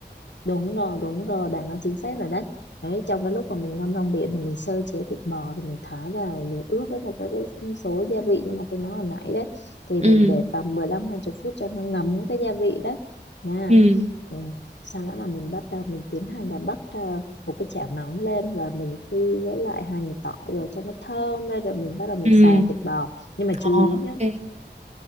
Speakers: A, on the left; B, on the right.
A: đúng rồi đúng rồi bạn nói chính xác rồi đấy đấy trong cái lúc mà mình ngâm rong biển thì mình sơ chế thịt bò thì mình thái vào rồi mình ướp với một cái, cái số gia vị nhưng mà tôi nói hồi nãy đấy thì
B: Ừ.
A: mình để tầm mười lăm hai 20 phút cho nó ngấm cái gia vị đấy nha
B: Ừ.
A: ừ. sau đó là mình bắt đầu mình tiến hành là bắt à, một cái chảo nóng lên và mình phi với lại hành tỏi rồi cho nó thơm lên rồi mình bắt đầu mình
B: Ừ.
A: xào thịt bò nhưng mà chú
B: Ờ,
A: ý
B: ok.
A: nhé